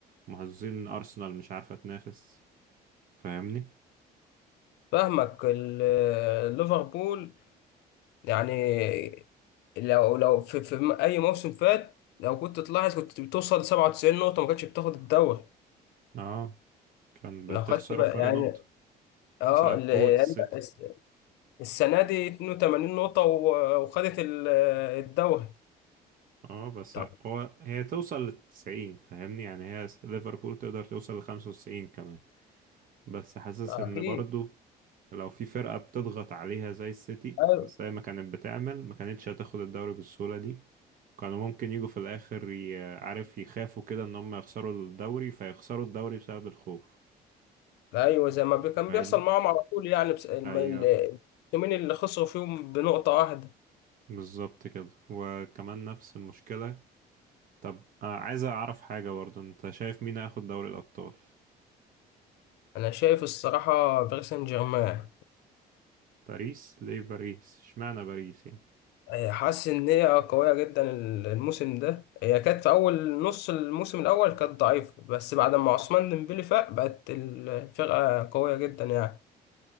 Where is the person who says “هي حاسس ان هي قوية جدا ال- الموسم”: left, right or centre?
Left